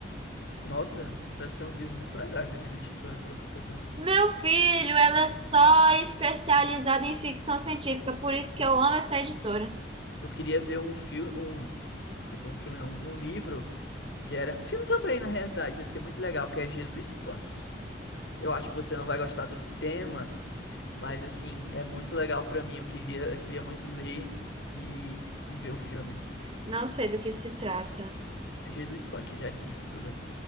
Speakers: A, on the left; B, on the right.
A: Nossa, parece que tem uns livros muito legais aqui da editora, pelo que eu tô vendo.
B: Meu filho, ela é só especializada em ficção científica, por isso que eu amo essa editora.
A: Eu queria ver um filme, um, desculpa, um filme não, um livro que era, filme também, na realidade, ia ser muito legal, que é Jesus Punk. Eu acho que você não vai gostar do tema, mas assim, é muito legal pra mim, eu queria, queria muito ler e, e ver o filme.
B: Não sei do que se trata.
A: É Jesus Punk, já disse tudo.